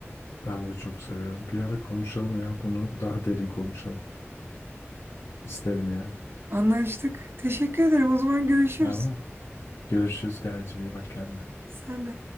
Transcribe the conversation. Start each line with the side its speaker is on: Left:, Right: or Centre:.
Left: Ben de çok seviyorum. Bir ara konuşalım ya bunu daha derin konuşalım. İsterim yani.
Right: Anlaştık. Teşekkür ederim. O zaman görüşürüz.
Left: Tamam. Görüşürüz Gayecim iyi bak kendine.
Right: Sen de.